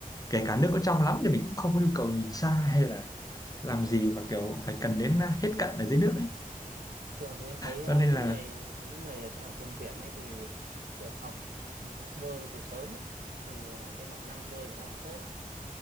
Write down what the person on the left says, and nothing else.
kể cả nước có trong lắm thì mình cũng không có nhu cầu nhìn xa hay là làm gì mà kiểu phải cần đến à, hết cận ở dưới nước ấy
cho
nên
là